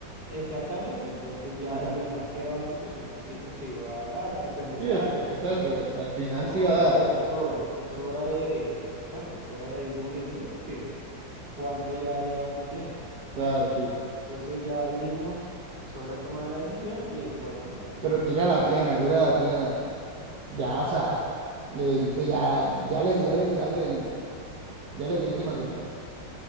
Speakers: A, on the right; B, on the right.
A: exactamente. Entonces ya,
B: Ajá.
A: y además que era una situación que siempre se iba a dar, a tender
B: Sí,
A: a
B: al-
A: darse,
B: exacto,
A: como,
B: al final
A: como,
B: sí va a
A: a ver,
B: dar,
A: es hora, es hora de, exacto, es hora de ir moviéndose porque cuánto ya llevamos en estas.
B: claro, sí.
A: Entonces ya dijimos, es hora de tomar la decisión y ahí fue, ahí fue
B: Pero
A: donde
B: tira
A: sucedió.
B: la plena, tira la plena. Ya, o sea, le dijiste, ya, ya le, ya le tiraste el, ya le pediste matrimonio.